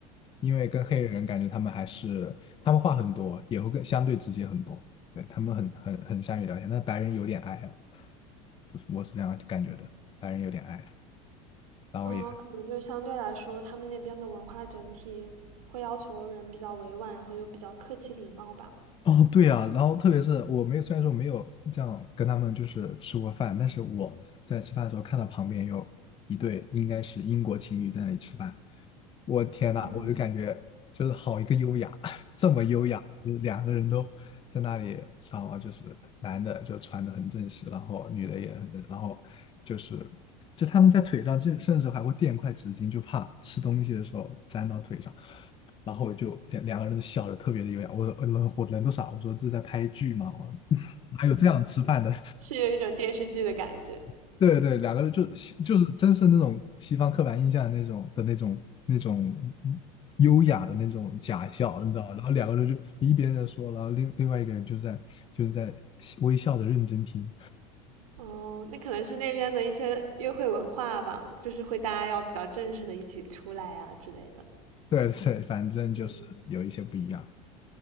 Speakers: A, on the left; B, on the right.
A: 因为跟黑人感觉他们还是他们话很多，也会更相对直接很多。对他们很很很善于聊天，但白人有点矮啊，我是我是这样感觉的，白人有点矮，然后也
B: 嗯，可能就是相对来说，他们那边的文化整体会要求人比较委婉，然后又比较客气礼貌吧。
A: 哦，对啊，然后特别是我没有，虽然说没有这样跟他们就是吃过饭，但是我在吃饭的时候看到旁边有一对应该是英国情侣在那里吃饭，我天呐，
B: 嗯，
A: 我就感觉就是好一个优雅，<laughs> 这么优雅，就是两个人都在那里吃饭嘛，就是男的就穿的很正式，然后女的也很正，然后就是就他们在腿上甚甚至还会垫块纸巾，就怕吃东西的时候粘到腿上。然后我就两两个人都笑的特别的优雅。我说呃人我人都傻了，我说这是在拍剧吗？我 <laughs> 哪有这样吃饭的？
B: 是有一种电视剧的感觉。
A: <laughs> 对对，两个人就就是真是那种西方刻板印象的那种的那种那种优雅的那种假笑，你知道吗？然后两个人就一边在说，然后另另外一个人就在就是在微笑的认真听。
B: 哦，那可能是那边的一些约会文化吧，就是会大家要比较正式的一起出来啊之类的。
A: <laughs> 对对，反正就是有一些不一样。
B: 嗯，